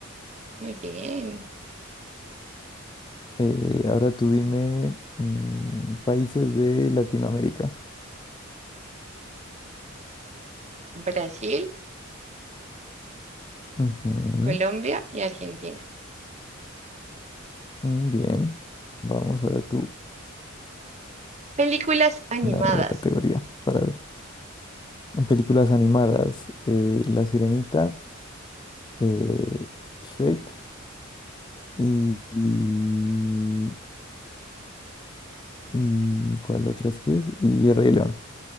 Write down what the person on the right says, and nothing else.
Muy bien.
Brasil,
Colombia y Argentina.
Películas animadas.